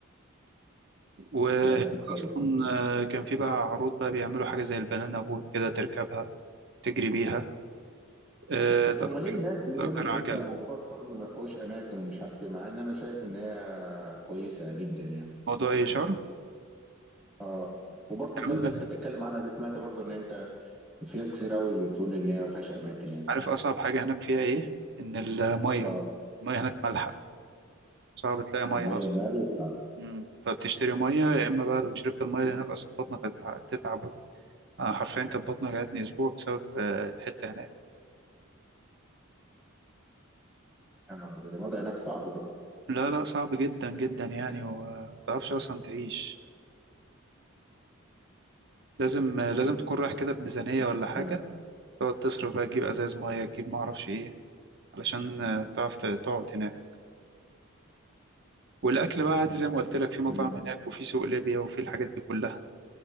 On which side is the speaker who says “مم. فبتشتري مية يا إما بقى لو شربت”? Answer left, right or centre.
Right